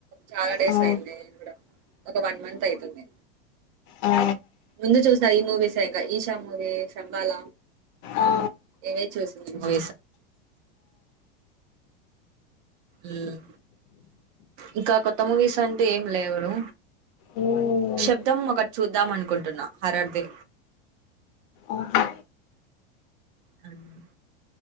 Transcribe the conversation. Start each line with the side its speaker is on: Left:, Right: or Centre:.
Right: చాలా డేస్
Left: ఆ
Right: అయింది ఒక వన్ మంత్ అయితుంది
Left: ఆ
Right: ముందు చూసా ఈ మూవీస్ ఇంకా ఈశా మూవీ సంబాల
Left: ఆ ఆ
Right: ఇవే చూసిన్నా <unintelligible> మ్మ్ ఇంకా కొత్త మూవీస్ అంటే ఏం లేవు
Left: మ్మ్
Right: శబ్దం ఒకటి చూద్దాం అనుకుంటున్నా హరర్ది
Left: ఆహా
Right: అవునా